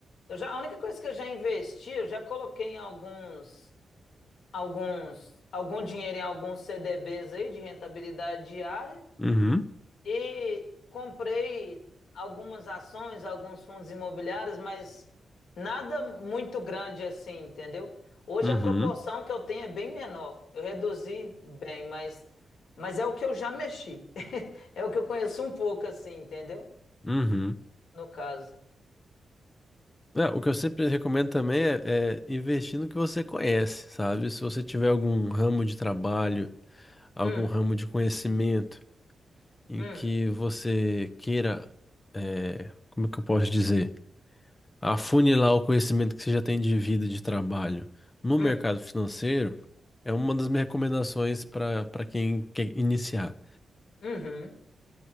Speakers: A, on the left; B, on the left.
A: Eu já, a única coisa que eu já investi, eu já coloquei em alguns, alguns, algum dinheiro em alguns CDBs aí de rentabilidade diária.
B: Uhum,
A: E comprei algumas ações, alguns fundos imobiliários, mas nada muito grande assim, entendeu? Hoje
B: uhum,
A: a proporção que eu tenho é bem menor. Eu reduzi bem, mas, mas é o que eu já mexi. <laughs> É o que eu conheço um pouco assim, entendeu?
B: uhum.
A: No caso.
B: É, o que eu sempre recomendo também é, é investir no que você conhece, sabe? Se você tiver algum ramo de trabalho, algum
A: Hum,
B: ramo de conhecimento, em
A: hum,
B: que você queira, é, como é que eu posso dizer, afunilar o conhecimento que você já tem de vida, e de trabalho no
A: hum,
B: mercado financeiro, é uma das minhas recomendações para para quem quer iniciar.
A: uhum.